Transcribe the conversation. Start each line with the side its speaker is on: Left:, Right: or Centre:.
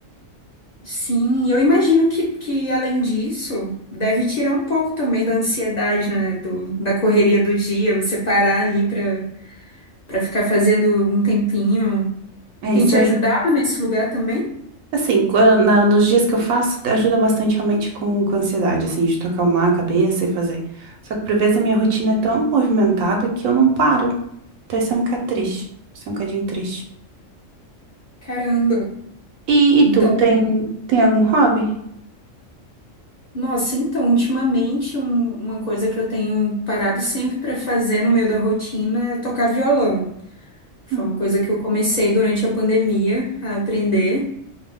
Left: Sim, eu imagino que, que além disso, deve tirar um pouco também da ansiedade, né? Do, da correria do dia, você parar ali pra, pra ficar fazendo um tempinho.
Right: É
Left: Tem
Right: isso,
Left: te
Right: é.
Left: ajudado nesse lugar também?
Right: Assim, qua- na- nos dias que eu faço, ajuda bastante realmente com, com ansiedade, assim, de tu acalmar a cabeça e fazer. Só que por vezes a minha rotina é tão movimentada que eu não paro. Então isso é um bocado triste. Isso é um bocadinho triste.
Left: Caramba.
Right: E, e tu,
Left: Então
Right: tem, tem algum hobby?
Left: Nossa, então, ultimamente, um- uma coisa que eu tenho parado sempre para fazer no meio da rotina é tocar violão. Foi
Right: Hum,
Left: uma coisa que eu comecei durante a pandemia a aprender.